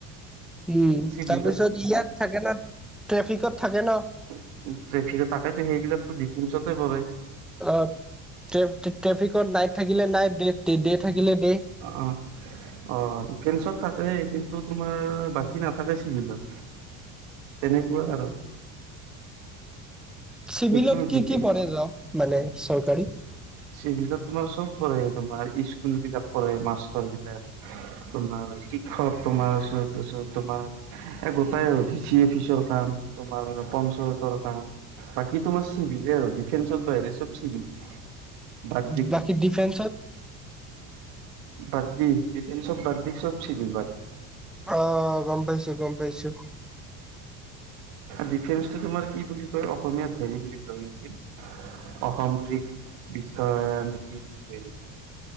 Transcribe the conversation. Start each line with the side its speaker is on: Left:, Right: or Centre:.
Centre: উম
Right: চিভিলত
Centre: তাৰপিছত ইয়াত থাকে না ট্ৰেফিকত থাকে ন
Right: ট্ৰেফিকত তাকেইতো সেইবিলাকো দি ডিফেন্সাতে পৰে
Centre: অ' ট্ৰেফিকত নাইট থাকিলে নাইট ডে থাকিলে ডে
Right: অঁ অ' ডিফেন্সত থাক থাকেই কিন্তু তোমাৰ বাকী নাথাকে চিভিলত তেনেকুৱা আৰু
Centre: চিভিলত
Right: সেইটো
Centre: কি
Right: ডিফে
Centre: কি পৰে জব মানে চৰকাৰী
Right: চিভিলত তোমাৰ চব পৰে তোমাৰ স্কুল বিলাক পৰে মাষ্টৰ বিলাক তোমাৰ শিক্ষক তোমাৰ পিছত তোমাৰ গোটাই ডি চি অফিচৰ কাম তোমাৰ পঞ্চায়তৰ কাম বাকী তোমাৰ চিভিলেই আৰু ডিফেন্সৰ বাহিৰে চব চিভিল বাদ দি কিনি
Centre: বাকী ডিফেন্সত
Right: বাকী ডিফেন্সত বাদ দি চব চিভিল বাকী
Centre: অ' গম পাইছো গম পাইছো
Right: ডিফেন্সটো তুমাৰ কি বুলি কয় অসমীয়াত হেৰি বুলি কয় নেকি অসামৰিক বিষয়া নে কি বুলি